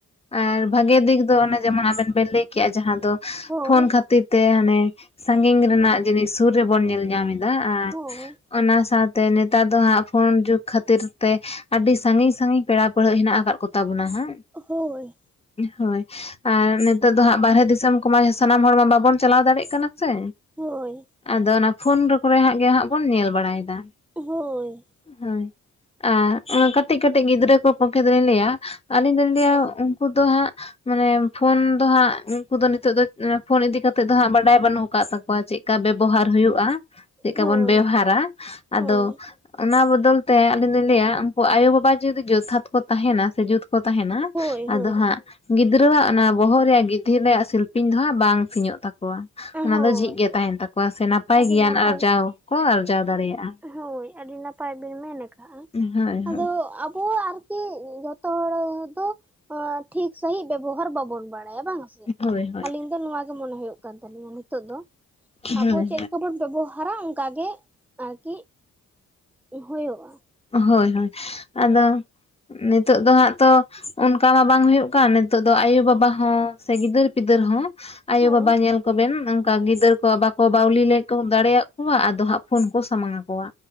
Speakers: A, on the left; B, in the centre.
A: ᱟᱨ ᱵᱷᱟᱜᱮ ᱫᱤᱠ ᱫᱚ ᱚᱱᱮ ᱡᱮᱢᱚᱱ ᱟᱵᱮᱱ ᱵᱮᱱ ᱞᱟᱹᱭ ᱠᱮᱜᱼᱟ ᱡᱟᱦᱟᱸ ᱫᱚ
B: ᱦᱳᱭ
A: ᱯᱷᱳᱱ ᱠᱷᱟᱹᱛᱤᱨ ᱛᱮ ᱦᱟᱱᱮ ᱥᱟᱸᱜᱤᱧ ᱨᱮᱱᱟᱜ ᱡᱤᱱᱤᱥ ᱥᱩᱨ ᱨᱮᱵᱚᱱ ᱧᱮᱞ ᱧᱟᱢ ᱮᱫᱟ ᱟᱨ
B: ᱦᱳᱭ
A: ᱚᱱᱟ ᱥᱟᱶᱛᱮ ᱱᱮᱛᱟᱨ ᱫᱚ ᱦᱟᱸᱜ ᱯᱷᱳᱱ ᱡᱩᱜᱽ ᱠᱷᱟᱛᱤᱨ ᱛᱮ ᱟᱹᱰᱤ ᱥᱟᱺᱜᱤᱧ ᱥᱟᱺᱜᱤᱧ ᱯᱮᱲᱟ ᱯᱟᱹᱲᱦᱟᱹᱜ ᱦᱮᱱᱟᱜ ᱟᱠᱟᱫ ᱠᱚ ᱛᱟᱵᱩᱱᱟ ᱦᱟᱸᱜ᱾
B: ᱦᱳᱭ᱾
A: ᱦᱳᱭ ᱟᱨ ᱱᱤᱛᱚᱜ ᱫᱚ ᱦᱟᱸᱜ ᱵᱟᱨᱦᱮ ᱫᱤᱥᱚᱢ ᱠᱚᱢᱟ ᱥᱟᱱᱟᱢ ᱦᱚᱲ ᱢᱟ ᱵᱟᱵᱩᱱ ᱪᱟᱞᱟᱣ ᱫᱟᱲᱮᱜ ᱠᱟᱱᱟ᱾ ᱥᱮ᱾
B: ᱦᱳᱭ
A: ᱟᱫᱚ ᱚᱱᱟ ᱯᱷᱳᱱ ᱨᱮ ᱠᱚᱨᱮ ᱦᱟᱸᱜ ᱜᱮ ᱦᱟᱸᱜ ᱵᱚᱱ ᱧᱮᱞ ᱵᱟᱲᱟᱭᱫᱟ᱾
B: ᱦᱳᱭ᱾
A: ᱦᱳᱭ ᱟ ᱚᱱᱟ ᱠᱟᱹᱴᱤᱡ ᱠᱟᱹᱴᱤᱡ ᱜᱤᱫᱽᱨᱟᱹ ᱠᱚ ᱯᱚᱠᱠᱷᱮ ᱫᱚᱞᱤᱧ ᱞᱟᱹᱭᱟ ᱟᱹᱞᱤᱧ ᱫᱚᱞᱤᱧ ᱞᱟᱹᱭᱟ
B: ᱦᱳᱭ
A: ᱩᱱᱠᱩ ᱫᱚ ᱦᱟᱸᱜ ᱢᱟᱱᱮ ᱯᱷᱳᱱ ᱫᱚ ᱦᱟᱸᱜ ᱩᱱᱠᱩ ᱫᱚ ᱱᱤᱛᱚᱜ ᱫᱚ ᱯᱷᱳᱱ ᱤᱫᱤ ᱠᱟᱛᱮᱜ ᱫᱚ ᱦᱟᱸᱜ ᱵᱟᱰᱟᱭ ᱵᱟᱹᱱᱩᱜ ᱟᱠᱟᱫ ᱛᱟᱠᱚᱣᱟ ᱪᱮᱫ ᱠᱟ ᱵᱮᱵᱚᱦᱟᱨ ᱦᱩᱭᱩᱜᱼᱟ ᱪᱮᱫᱠᱟ
B: ᱦᱳᱭ
A: ᱵᱚᱱ ᱵᱮᱣᱦᱟᱨᱟ᱾ ᱟᱫᱚ
B: ᱦᱳᱭ
A: ᱚᱱᱟ ᱵᱚᱫᱚᱞᱛᱮ ᱟᱞᱤᱧ ᱫᱚᱞᱤᱧ ᱞᱟᱹᱭᱼᱟ ᱩᱱᱠᱩ ᱟᱭᱳ ᱵᱟᱵᱟ ᱡᱩᱫᱤ ᱡᱚᱛᱷᱟᱛ ᱠᱚ ᱛᱟᱦᱮᱱᱟ ᱥᱮ ᱡᱩᱛ ᱠᱚ ᱛᱟᱦᱮᱱᱟ᱾
B: ᱦᱳᱭ ᱦᱳᱭ
A: ᱟᱫᱚ ᱦᱟᱸᱜ ᱜᱤᱫᱽᱨᱟᱹᱣᱟᱜ ᱚᱱᱟ ᱵᱚᱦᱚᱜ ᱨᱮᱭᱟᱜ ᱜᱤᱫᱷᱤ ᱨᱮᱭᱟᱜ ᱥᱤᱞᱯᱤᱧ ᱫᱚ ᱦᱟᱸᱜ ᱵᱟᱝ ᱥᱤᱧᱚᱸᱜ ᱛᱟᱠᱚᱣᱟ᱾ ᱚᱱᱟ
B: ᱦᱳᱭ
A: ᱫᱚ ᱡᱷᱤᱡ ᱜᱮ ᱛᱟᱦᱮᱱ ᱛᱟᱠᱚᱣᱟ ᱥᱮ ᱱᱟᱯᱟᱭ
B: ᱟᱹᱰᱤ
A: ᱜᱮᱭᱟᱱ
B: ᱱᱟᱯᱟᱭ
A: ᱟᱨᱡᱟᱣ ᱠᱚ ᱟᱨᱡᱟᱣ ᱫᱟᱲᱮᱭᱟᱜᱼᱟ᱾
B: ᱦᱳᱭ ᱟᱹᱰᱤ ᱱᱟᱯᱟᱭ ᱵᱤᱱ ᱢᱮᱱ ᱟᱠᱟᱜᱼᱟ,
A: ᱦᱳᱭ
B: ᱟᱫᱚ
A: ᱦᱳᱭ
B: ᱟᱵᱚ ᱟᱨ ᱠᱤ ᱤᱧ ᱡᱷᱚᱛᱚ ᱦᱚᱲ ᱫᱚ ᱟ ᱴᱷᱤᱠ ᱥᱟᱺᱦᱤᱡ ᱵᱮᱵᱚᱦᱟᱨ ᱵᱟᱵᱚᱱ ᱵᱟᱲᱟᱭᱟ ᱵᱟᱝ ᱥᱮ᱾
A: ᱦᱳᱭ ᱦᱳᱭ
B: ᱟᱞᱤᱧ ᱫᱚ ᱱᱚᱣᱟ ᱜᱮ ᱢᱚᱱᱮ ᱦᱩᱭᱩᱜ ᱠᱟᱱ ᱛᱟᱹᱞᱤᱧᱟ ᱱᱤᱛᱚᱜ ᱫᱚ
A: ᱦᱳᱭ
B: ᱟᱵᱚ ᱪᱮᱫ ᱞᱮᱠᱟ ᱵᱚᱱ ᱵᱮᱵᱚᱦᱟᱨᱟ ᱚᱱᱠᱟ ᱜᱮ ᱟᱨᱠᱤ ᱦᱩᱭᱩᱜᱼᱟ᱾
A: ᱦᱳᱭ ᱦᱳᱭ ᱟᱫᱚ ᱱᱤᱛᱚᱜ ᱫᱚ ᱦᱟᱸᱜ ᱛᱚ ᱚᱱᱠᱟ ᱢᱟ ᱵᱟᱝ ᱦᱩᱭᱩᱜ ᱠᱟᱱ ᱱᱤᱛᱚᱜ ᱫᱚ ᱟᱭᱳ ᱵᱟᱵᱟ ᱦᱚᱸ ᱥᱮ ᱜᱤᱫᱟᱹᱨ ᱯᱤᱫᱟᱹᱨ ᱦᱚᱸ ᱟᱭᱳ
B: ᱦᱳᱭ
A: ᱵᱟᱵᱟ ᱧᱮᱞ ᱠᱚᱵᱮᱱ ᱚᱝᱠᱟ ᱜᱤᱫᱟᱹᱨ ᱠᱚᱣᱟᱜ ᱵᱟᱠᱚ ᱵᱟᱹᱞᱤ ᱞᱮᱠᱚ ᱫᱟᱲᱮᱭᱟᱜ ᱠᱚᱣᱟ ᱟᱫᱚ ᱦᱟᱸᱜ ᱯᱷᱳᱱ ᱠᱚ ᱥᱟᱢᱟᱝ ᱟᱠᱚᱣᱟ᱾